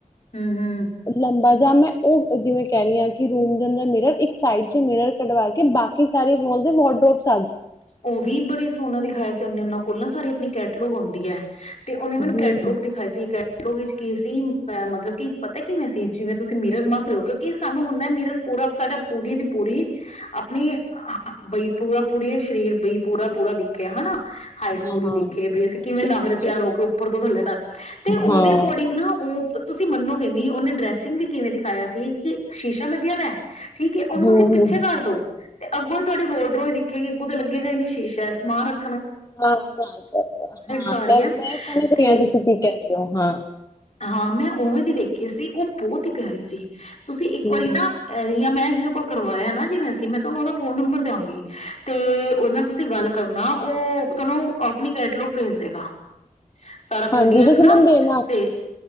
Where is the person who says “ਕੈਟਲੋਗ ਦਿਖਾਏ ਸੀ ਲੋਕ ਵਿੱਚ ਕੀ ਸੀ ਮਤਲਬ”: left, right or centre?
Left